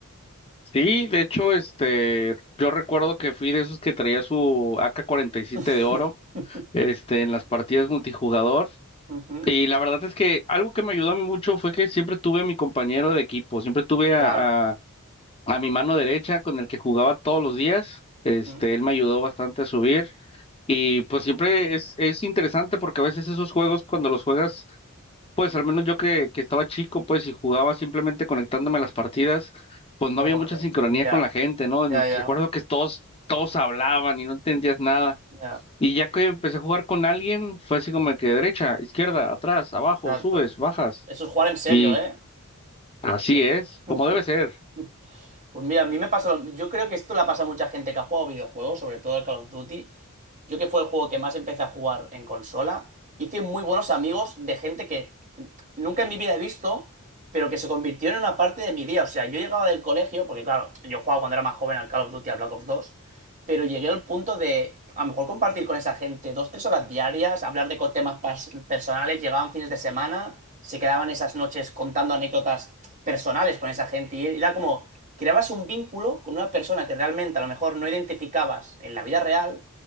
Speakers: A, on the left (about 25°); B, on the right (about 35°).
A: Sí, de hecho, este, yo recuerdo que fui de esos que traía su AK-47
B: <laughs>
A: de oro, este, en las partidas multijugador.
B: Ujú,
A: Y la verdad es que algo que me ayudó a mí mucho fue que siempre tuve a mi compañero de equipo, siempre tuve a,
B: Claro.
A: a, a mi mano derecha con el que jugaba todos los días. Este,
B: Mm,
A: él me ayudó bastante a subir y pues siempre es, es interesante porque a veces esos juegos cuando los juegas, pues al menos yo que, que estaba chico, pues y jugaba simplemente conectándome a las partidas, pues no
B: Pobre.
A: había mucha sincronía
B: Ya,
A: con la gente, ¿no?
B: ya,
A: Me-
B: ya,
A: Recuerdo que todos, todos hablaban y no entendías nada.
B: ya,
A: Y ya que empecé a jugar con alguien, fue así como que derecha, izquierda, atrás, abajo,
B: exacto.
A: subes, bajas.
B: Eso es jugar en serio,
A: Y
B: ¿eh?
A: así
B: Venga.
A: es, como debe ser.
B: <laughs> Pues mira, a mí me pasa lo... Yo creo que esto la pasa a mucha gente que ha jugado videojuegos, sobre todo al Call of Duty. Yo que fue el juego que más empecé a jugar en consola, hice muy buenos amigos de gente que nunca en mi vida he visto, pero que se convirtieron en una parte de mi día. O sea, yo llegaba del colegio, porque claro, yo jugaba cuando era más joven al Call of Duty, al Black Ops dos pero llegué al punto de a lo mejor compartir con esa gente dos, tres horas diarias, hablar de co- temas pas- personales, llegaban fines de semana, se quedaban esas noches contando anécdotas personales con esa gente y era como creabas un vínculo con una persona que realmente a lo mejor no identificabas en la vida real,